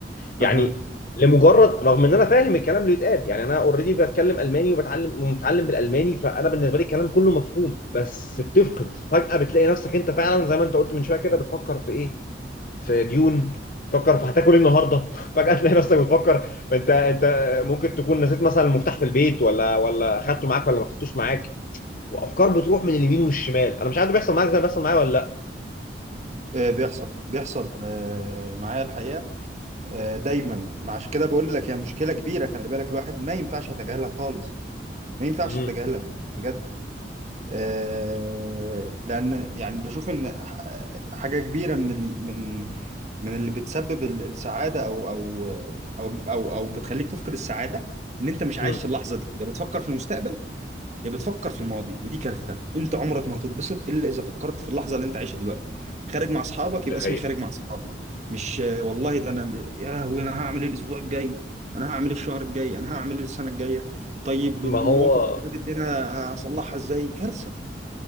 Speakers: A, on the left (about 50°); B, on the right (about 40°).
A: يعني
B: أها.
A: لمجرد رغم ان انا فاهم الكلام اللي بيتقال يعني انا اوريدي بتكلم الماني وبتعلم ومتعلم بالالماني فانا بالنسبه لي الكلام كله مفهوم بس بتفقد فجاه بتلاقي نفسك انت فعلا زي ما انت قلت من شويه كده بتفكر في ايه في ديون تفكر في هتاكل ايه النهارده <laughs> فجاه تلاقي نفسك بتفكر انت انت ممكن تكون نسيت مثلا المفتاح في البيت ولا ولا اخدته معاك ولا ما اخدتوش معاك وافكار بتروح من اليمين والشمال انا مش عارف بيحصل معاك زي ما بيحصل معايا ولا لا
B: آه، بيحصل بيحصل آه، معايا الحقيقة آه، دايما عشان كده بقول لك هي مشكلة كبيرة خلي بالك الواحد ما ينفعش يتجاهلها خالص ما ينفعش
A: امم
B: تتجاهلها بجد آه، لان يعني بشوف ان ح- حاجه كبيره من ال... من من اللي بتسبب ال- السعاده او او او او او بتخليك تفقد السعاده ان انت مش عايش
A: امم
B: اللحظه دي يا بتفكر في المستقبل يا بتفكر في الماضي ودي كارثه انت عمرك ما هتتبسط الا اذا فكرت في اللحظه اللي انت عايشها دلوقتي خارج مع اصحابك يبقى
A: دي حقيقة
B: اسمي خارج مع اصحابي مش آه، والله ده انا يا لهوي انا هعمل ايه الاسبوع الجاي انا هعمل ايه الشهر الجاي انا هعمل ايه السنه الجايه طيب
A: ما
B: المواقف
A: هو
B: اللي فاتت دي انا هصلحها ازاي كارثه